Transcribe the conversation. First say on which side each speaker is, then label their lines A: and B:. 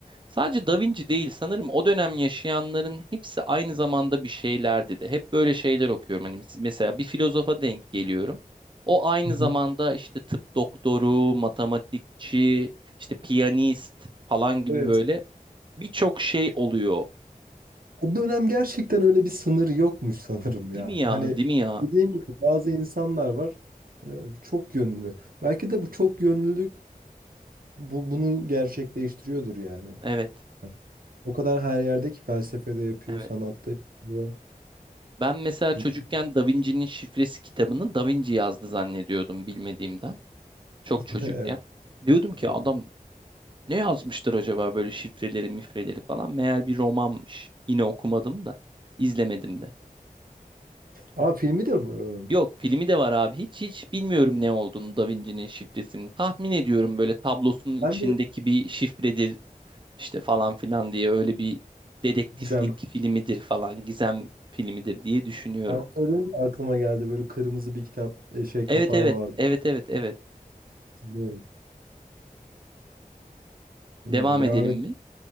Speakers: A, on the right; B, on the right.
A: sadece da Vinci değil sanırım o dönem yaşayanların hepsi aynı zamanda bir şeylerdi de. Hep böyle şeyler okuyorum. Hani mes- mesela bir filozofa denk geliyorum. O aynı
B: Hı
A: zamanda
B: hı.
A: işte tıp doktoru, matematikçi, işte piyanist falan gibi
B: Evet.
A: böyle birçok şey oluyor.
B: O dönem gerçekten öyle bir sınır yokmuş sanırım ya.
A: Değil mi ya?
B: Hani
A: Değil mi ya?
B: dediğim gibi bazı insanlar var e, çok yönlü. Belki de bu çok yönlülük bu, bunu gerçekleştiriyordur yani.
A: Evet.
B: Hani o kadar her yerde ki felsefede yapıyor,
A: Evet.
B: sanatta yapıyor.
A: Ben mesela
B: Güzel.
A: çocukken Da Vinci'nin şifresi kitabını Da Vinci yazdı zannediyordum bilmediğimden. Çok
B: <laughs>
A: çocukken.
B: Evet.
A: Diyordum ki
B: olabilir.
A: adam ne yazmıştır acaba böyle şifreleri mifreleri falan. Meğer bir romanmış. Yine okumadım da izlemedim de.
B: Aa filmi de mi var onun.
A: Yok filmi de var abi. Hiç hiç bilmiyorum ne olduğunu Da Vinci'nin şifresinin. Tahmin ediyorum böyle tablosunun içindeki
B: Ben de
A: bir şifredir işte falan filan diye öyle bir dedektiflik
B: Gizem.
A: filmidir falan gizem filmidir diye düşünüyorum.
B: Ben söyleyince aklıma geldi böyle kırmızı bir kitap e, şey
A: Evet
B: kapağı
A: evet
B: vardı.
A: evet evet evet.
B: Hatırlıyorum. Hmm,
A: Devam
B: devam
A: edelim
B: et.
A: mi?